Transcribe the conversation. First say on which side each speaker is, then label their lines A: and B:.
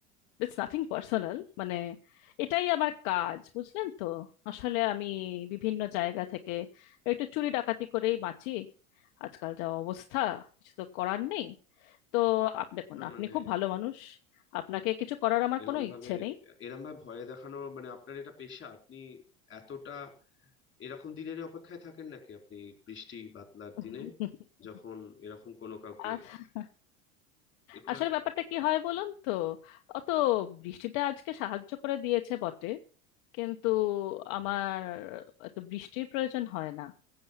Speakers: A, on the left (about 60°); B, on the left (about 30°).
A: ইটস নাথিং পার্সোনাল মানে এটাই আমার কাজ বুঝলেন তো আসলে আমি বিভিন্ন জায়গা থেকে একটু চুরি ডাকাতি করেই বাঁচি আজকাল যা অবস্থা কিছু তো করার নেই তো আপ দেখুন
B: না
A: আপনি
B: মানে
A: খুব ভালো মানুষ আপনাকে কিছু করার আমার
B: এরম
A: কোনো
B: ভাবে
A: ইচ্ছে নেই
B: এরম ভাবে ভয় দেখানো মানে আপনার এটা পেশা আপনি এতটা এরকম দিনের অপেক্ষায় থাকেন নাকি আপনি এই বৃষ্টি বাদলার
A: <laughs>
B: দিনে যখন এরকম কোনো কাউকে
A: আস-
B: এটা
A: আসলে ব্যাপারটা কি হয় বলুন তো অত বৃষ্টিটা আজকে সাহায্য করে দিয়েছে বটে কিন্তু
B: হুম,
A: আমার এত বৃষ্টির প্রয়োজন হয় না